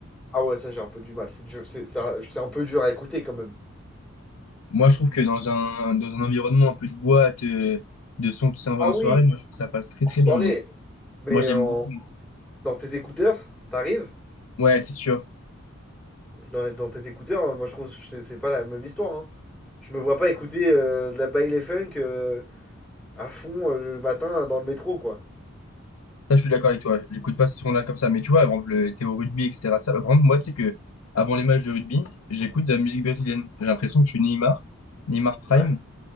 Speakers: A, in the centre; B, on the left.
A: Ah ouais, ça j'ai un peu du mal, c'est dur, c'est ça- c'est un peu dur à écouter quand même.
B: Moi je trouve que dans un dans un environnement un peu de boîte, euh, de son qui s'en va
A: Ah
B: en
A: oui,
B: soirée, moi je trouve que ça passe très
A: en
B: très
A: soirée,
B: bien. ouais.
A: mais
B: Moi j'aime
A: en-
B: beaucoup.
A: dans tes écouteurs, t'arrives,
B: Ouais, c'est sûr.
A: dans, dans tes écouteurs, euh, moi je trouve que c'est c'est pas la même histoire. hein. Je me vois pas écouter euh, de la baile funk euh, à fond euh, le matin dans le métro, quoi.
B: Ça, je suis d'accord avec toi. J'écoute pas ces sons-là comme ça. Mais tu vois, avant le, t'es au rugby, etc. de Ça, bah, par exemple, moi, tu sais que avant les matchs de rugby, j'écoute de la musique brésilienne. J'ai l'impression que je suis Neymar, Neymar Prime,
A: Ouais.